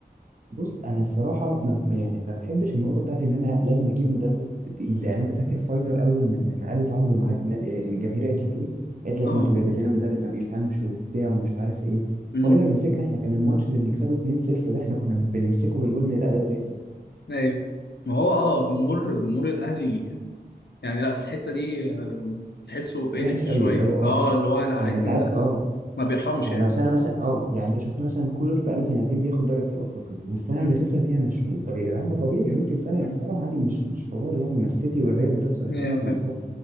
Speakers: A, on the right; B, on the left.
A: بص انا الصراحه ما ب- يعني ما بحبش النقطه بتاعت ان انا لازم اجيب مدرب تقيل ده يعني انت فاكر فايلر اول ما ما قالوا تعاقدوا معاه النادي- آه، ان الجماهير قالت لك ايه؟ قالت لك
B: اه
A: انتوا جايبين لنا مدرب ما بيفهمش وبتاع ومش عارف ايه
B: امم
A: فايلر مسكنا احنا كان الماتش اللي بنكسبه 2-0 ده احنا كنا بنمسكه بنقول ان الاداء زي الزفت
B: ايوه ما هو اه جمهور جمهور الاهلي يعني لا في الحته دي آه، تحسه
A: وحش
B: انف شويه
A: قوي اللي هو اه
B: اه اللي هو لا
A: يعني
B: عايزين
A: انت عارف اه
B: ما بيرحمش
A: يعني
B: يعني
A: لو سنه مثلا اه يعني انت شفت مثلا كولر بقى له سنتين بياخد دوري ابطال افريقيا والسنه
B: امم
A: اللي خسر فيها مشروط طب يا جدعان ما طبيعي ممكن سنه
B: امم
A: يخسرها عادي مش مش حوار يعني ما السيتي والريال بتخسر الشامبيونز
B: ايوه فاهم